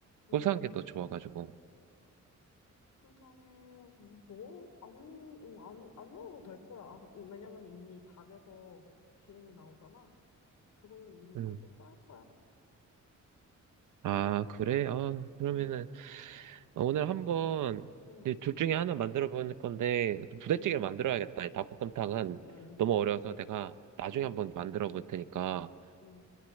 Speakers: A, on the left; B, on the right.
A: 응.
B: 고소한 게 더 좋아가지고.
A: 통장에 넣어 안, 응, 안, 안 넣어도 될 거야. 안, 이- 왜냐면 이미 닭에서 기름이 나오잖아. 그걸로 이미
B: 음.
A: 꽤 고소할 거야.
B: 아, 그래? 아, 그러면은
A: 응,
B: 오늘 한번
A: 응,
B: 이제 둘 중에 하나 만들어 보는 건데 부대찌개를
A: 응,
B: 만들어야겠다. 이 닭볶음탕은
A: 응,
B: 너무 어려워서 내가 나중에
A: 응,
B: 한번 만들어 볼 테니까.
A: 응,